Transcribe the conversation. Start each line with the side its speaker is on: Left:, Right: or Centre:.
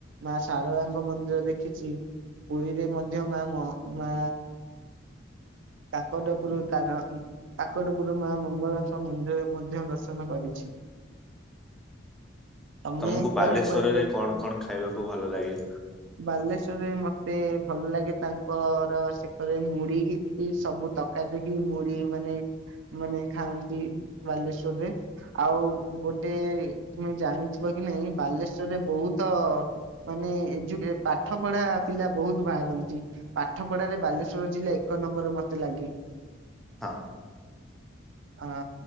Right: ମା ସାରଳାଙ୍କ ମନ୍ଦିର ଦେଖିଛି। ପୁରୀରେ ମଧ୍ୟ ମା ମ ମା କାକଟପୁର ତାର କାକଟପୁର ମା ମଙ୍ଗଳାଙ୍କ ମନ୍ଦିର ମଧ୍ୟ ଦର୍ଶନ କରିଛି। ତମେ
Centre: ତମକୁ
Right: କୁଆଡେ
Centre: ବାଲେଶ୍ଵରରେ
Right: କୁଆଡେ ଯାଇ
Centre: କଣ କଣ ଖାଇବାକୁ ଭଲ ଲାଗେ?
Right: ବାଲେଶ୍ଵରରେ ମତେ ଭଲ ଲାଗେ ତାଙ୍କର ସେପରେ ମୁଢ଼ିକି ସବୁ ତରକାରୀ ଦେଇକି ମୁଢ଼ି ମାନେ ମାନେ ଖାଆନ୍ତି ବାଲେଶ୍ଵରରେ ଆଉ ଗୋଟେ ତୁମେ ଜାଣି ଥିବ କି ନାଇଁ ବାଲେଶ୍ୱରରେ ବହୁତ ମାନେ ଏଜୁ ପାଠ ପଢା ପିଲା ବୋହୁତ ବାହାରନ୍ତି ପାଠ ପଢାରେ ବାଲେଶ୍ଵର ଜିଲ୍ଲା ଏ କ ନମ୍ବର ମତେ ଲାଗେ।
Centre: ହଁ।
Right: ହଁ